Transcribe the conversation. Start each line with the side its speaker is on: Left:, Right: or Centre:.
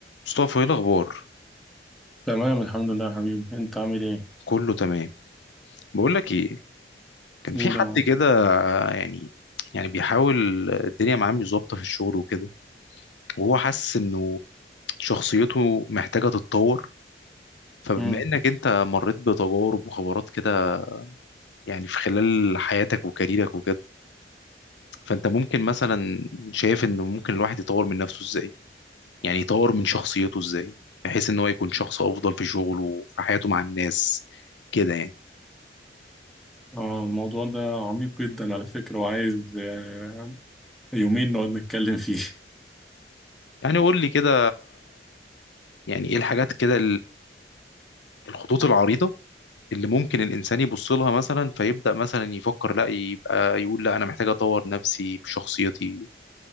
Left: مصطفى ايه الاخبار
Centre: تمام الحمد لله يا حبيبي انت عامل ايه
Left: كله تمام بقول لك ايه كان
Centre: قول
Left: في حد
Centre: يا معلم
Left: كده يعني يعني بيحاول الدنيا معاه مش ظابطه في الشغل وكده وهو حاسس انه شخصيته محتاجه تتطور فبما
Centre: امم
Left: انك انت مريت بتجارب وخبرات كده يعني في خلال حياتك وكاريرك وكده فانت ممكن مثلا شايف انه ممكن الواحد يطور من نفسه ازاي يعني يطور من شخصيته ازاي بحيث ان هو يكون شخص افضل في شغله وفي حياته مع الناس كده يعني
Centre: اه الموضوع ده عميق جدا على فكرة وعايز آه، يومين نقعد نتكلم فيه
Left: يعني قول لي كده يعني ايه الحاجات كده الخطوط العريضة اللي ممكن الإنسان يبص لها مثلا فيبدأ مثلا يفكر لا يبقى يقول لا أنا محتاج أطور نفسي في شخصيتي